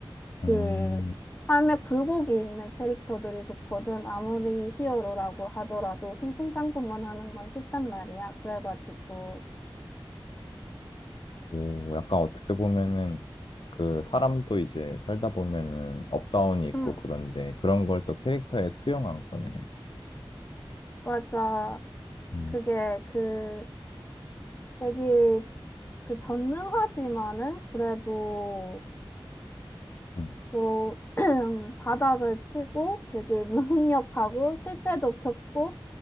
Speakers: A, on the left (about 65°); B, on the left (about 20°).
A: 응.
B: 그 삶에 굴곡이 있는 캐릭터들이 좋거든. 아무리 히어로라고 하더라도 승승장구만 하는 건 싫단 말이야. 그래가지고
A: 오, 약간 어떻게 보면은 그 사람도 이제 살다 보면은 업다운이 있고
B: 응,
A: 그런데 그런 걸 또 캐릭터에 투영한 거네.
B: 맞아.
A: 음,
B: 그게 그 되게 그 전능하지만은 그래도
A: 음,
B: 또 <clears throat> 바닥을 치고 되게 <laughs> 무능력하고 실패도 겪고